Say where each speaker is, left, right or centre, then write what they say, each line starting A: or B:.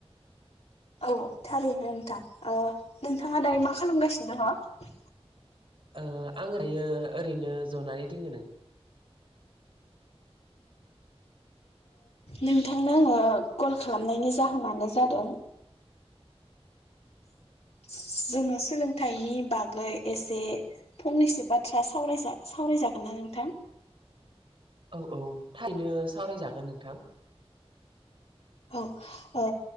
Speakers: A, on the left; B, on the right.
A: औ थारैनो नोंथां नोंथाङा दायो मा खालामगासिनो दङ?
B: आं दायो ओरैनो जनानै दोङो नों
A: नोंथांनो आङो कल खालामनायनि जाहोनानो जादों जोंनो सोलोंथाइनि बागै एसे फंनैसो बाथ्रा सावरायजागोन ना नोंथां
B: औ औ थाइनो सावरायजागोन नोंथां।
A: औ अ